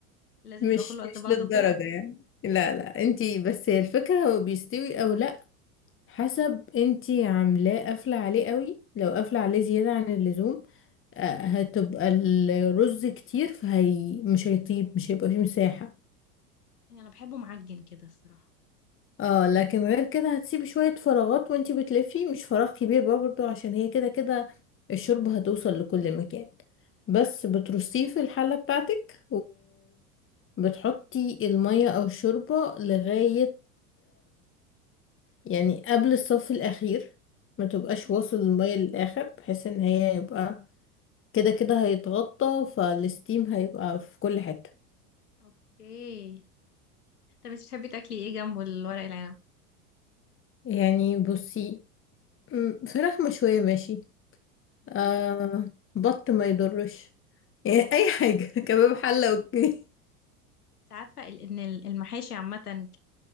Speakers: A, on the left; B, on the left.
A: لازم
B: مش
A: يبقى كله قد
B: مش
A: بعضه
B: للدرجة
A: وكده
B: يعني لا لا انت بس هي الفكرة هو بيستوي او لا حسب انتي عاملاه قافلة عليه قوي لو قافلة عليه زيادة عن اللزوم آه، هتبقى
A: مم.
B: الرز كتير فهي مش هيطيب مش هيبقى فيه مساحة
A: يعني انا بحبه معجن كده الصراحة
B: اه لكن غير كده هتسيبي شوية فراغات وانتي بتلفي مش فراغ كبير برضه عشان هي كده كده الشوربة هتوصل لكل مكان بس بترصيه في الحلة بتاعتك وبتحطي المية او الشوربة لغاية يعني قبل الصف الأخير ما تبقاش
A: مم.
B: واصل المية للآخر بحيث ان هي يبقى كده كده هيتغطى فالستيم هيبقى في كل حتة
A: اوكي طب انت بتحبي تاكلي ايه جنبه الورق العنب
B: يعني بصي م، فراخ مشوية ماشي
A: مم.
B: آه بط ما يضرش <laughs> يعني أي حاجة <laughs> كباب حلة أوكي
A: انت عارفة ال- ان ال- المحاشي عامة